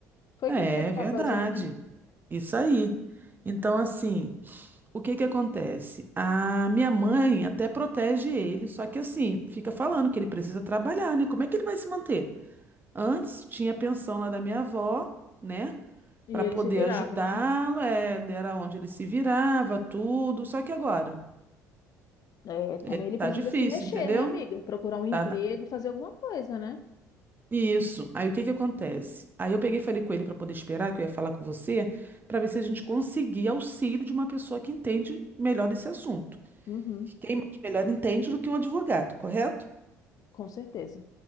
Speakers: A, on the left; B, on the right.
A: Foi
B: É,
A: quem fez
B: é
A: o
B: verdade.
A: papel de mãe.
B: Isso aí. Então, assim, o que que acontece? A minha mãe até protege ele, só que assim, fica falando que ele precisa trabalhar, né? Como é que ele vai se manter? Antes tinha a pensão lá da minha avó, né?
A: E
B: Para
A: eles
B: poder
A: se viravam,
B: ajudá-lo,
A: né?
B: é, era onde ele se virava, tudo. Só que agora,
A: É, também
B: é,
A: ele
B: tá
A: precisa
B: difícil,
A: se mexer,
B: entendeu?
A: né, amiga? Procurar um emprego,
B: Tá
A: fazer alguma coisa, né?
B: Isso. Aí o que que acontece? Aí eu peguei e falei com ele para poder esperar, que eu ia falar com você, para ver se a gente conseguia auxílio de uma pessoa que entende melhor desse assunto.
A: Uhum,
B: Que Quem mais melhor entende do que um advogado, correto?
A: com certeza.